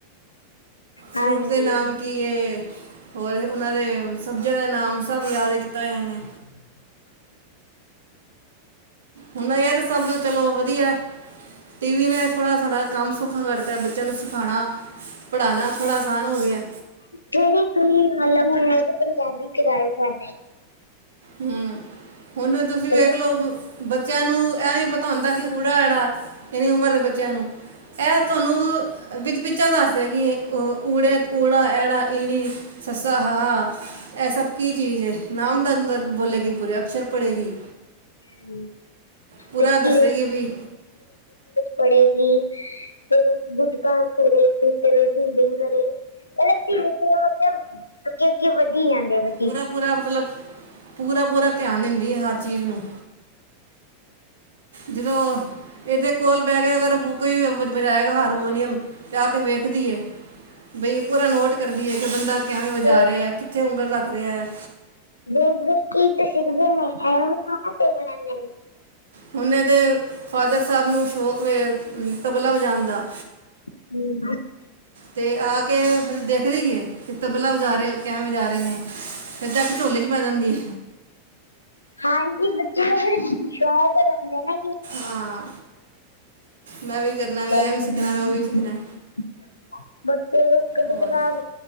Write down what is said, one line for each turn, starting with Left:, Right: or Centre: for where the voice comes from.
Right: ਫਰੂਟ
Left: ਹਾਂਜੀ
Right: ਦੇ ਨਾਮ ਕੀ- ਤੇ ਹੋਰ ਉਹਨਾਂ ਦੇ, ਸਬਜ਼ਿਆਂ ਦੇ ਨਾਮ, ਸਭ ਯਾਦ ਕੀਤਾ ਹੋਇਆ ਓਨੇ
Left: <unintelligible>
Right: ਹੁਣ ਯਾਰ ਸਭ ਚਲੋ ਵਧੀਆ ਟੀ ਵੀ ਨੇ ਥੋੜ੍ਹਾ ਸਾਡਾ ਕੰਮ ਸੌਖਾ ਕਰਤਾ ਬੱਚਿਆਂ ਨੂੰ ਸਿਖਾਉਣਾ ਪੜ੍ਹਾਉਣਾ ਥੋੜ੍ਹਾ ਆਸਾਨ ਹੋ ਗਿਆ।
Left: ਫਰੇ ਤੁਸੀਂ ਮੱਲ ਮਨਿਆਜ ਪੰਜਾਬੀ ਚ ਗਾਏਗਾ।
Right: ਹਮ ਹੁਨ ਤੁਸੀ
Left: ਫਿਰ
Right: ਵੇਖ ਲਓ। ਬੱਚਿਆਂ ਨੂੰ ਇਹ ਨੀ ਪਤਾ ਹੁੰਦਾ ਕਿ ਉੜਾ ਆੜਾ ਇੰਨੀ ਉਮਰ ਦੇ ਬੱਚਿਆਂ ਨੂੰ ਇਹ ਤੁਹਾਨੂੰ ਵਿਦ ਪਿਕਚਰ ਦਸਦੇਗੀ ਕਿ ਉੜਾ ਐੜਾ ਈੜੀ। ਸ ਹ ਇਹ ਸਭ ਕੀ ਚੀਜ ਏ ਨਾਮ ਦ ਬੋਲੇਗੀ ਪੁਰੇ ਅਕਸ਼ਰ ਪੜੇਗੀ।
Left: <unintelligible>
Right: ਪੂਰਾ
Left: ਕਜ਼
Right: ਦੱਸੇਗੀ ਵੀ
Left: ਪੜੇਗੀ ਤੇ ਫੇਰ ਗੁਟਕਾ ਪੜੇਗੀ। ਪਹਿਲੇ ਰੀਡਿੰਗ ਕਰੇ ਮਤਲਬ ਧੀਰੇ ਧੀਰੇ ਅੱਗੇ ਅੱਗੇ ਵਧੀ ਜਾਂਦੇ ਬਚ
Right: ਪੂਰਾ ਪੂਰਾ ਮਤਲਬ ਪੂਰਾ ਪੂਰਾ ਧਿਆਨ ਦਿੰਦੀ ਏ ਹਰ ਚੀਜ਼ ਨੂੰ। ਜਦੋਂ ਇਹਦੇ ਕੋਲ ਬਹਿ ਗ ਅਗਰਰਾ ਕੋਈ ਵਜਾਏਗਾ ਹਾਰਮੋਨੀਅਮ ਤੇ ਆ ਕੇ ਵੇਖਦੀਏ। ਬਈ ਪੂਰਾ ਨੋਟ ਕਰਦੀ ਏ। ਕਿ ਬੰਦਾ ਕੈਵੇ ਵਜਾ
Left: ਤੇ
Right: ਰਿਹਾ ਹੈ ਕਿੱਥੇ ਉਂਗਲ ਰੱਖ ਰਿਹਾ ਹੈ।
Left: ਦੇਖ ਦੇਖ ਕੇ ਈ ਤੇ ਸਿੱਖਦੇ ਨੇ ਐਖ
Right: ਹੁਨ ਏਹਦੇ ਫਾਦਰ ਸਾਹਿਬ ਨੂੰ ਸ਼ੌਕ ਵੇ ਤਬਲਾ ਵਜਾਨ ਦਾ।
Left: ਹਮ।
Right: ਤੇ ਆ ਕੇ ਫਿਰ ਦੇਖ ਦੇਈਏ ਕਿ ਤਬਲਾ ਵਜਾਰੇ ਕੈਵੇਂ ਵਜਾ ਰਹੇ ਨੇ। ਫਿਰ ਜਾ ਕੇ ਝੋਲੀ ਚ ਬੈ ਜਾਂਦੀ ਏ।
Left: ਹਾਂਜੀ ਬੱਚੇ ਨੂੰ ਫਿਰ ਸ਼ੌਕ ਹੋ ਜਾਂਦੈ ਨਾ।
Right: ਹਾਂ ਮੈਂ ਵੀ ਕਰਨਾ ਮੈਂ
Left: <unintelligible>
Right: ਵੀ ਸਿੱਖਣਾ ਮੈਂ ਉਹ ਵੀ ਸਿੱਖਣਾ
Left: ਬੱਚੇ ਕਦੇ
Right: ਹੋਰ
Left: ਕਦਾਰ